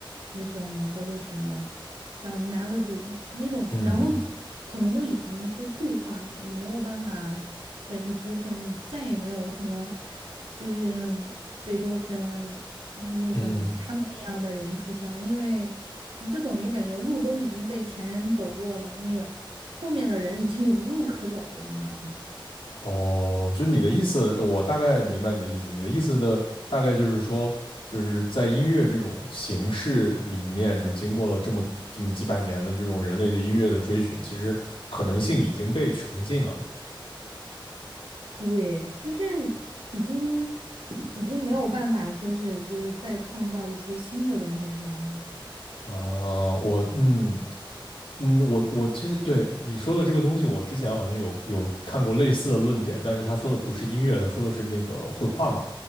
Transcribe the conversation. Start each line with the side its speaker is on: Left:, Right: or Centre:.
Right: 那种叫做什么，叫 melody 那种，
Left: 嗯
Right: 然后可能都已经就固化了，你没有办法再去突破，你再也没有什么就是贝多芬嗯那种他们那样的人出现了，
Left: 嗯。
Right: 因为就等于感觉路都已经被前人走过了，你后面的人已经无路可走了，你知道吗？
Left: 哦，就你的意思，我大概明白你的意思。你的意思的大概就是说，就是在音乐这种形式里面，就是经过了这么这么几百年的这种人类的音乐的追寻，其实可能性已经被穷尽了。
Right: 对，就是已经已经没有办法说是就是再创造一些新的东西出来了。
Left: 啊，我嗯，嗯，我我其实对你说的这个东西，我之前好像有有看过类似的论点，但是他说的不是音乐，他说的是那个绘画嘛，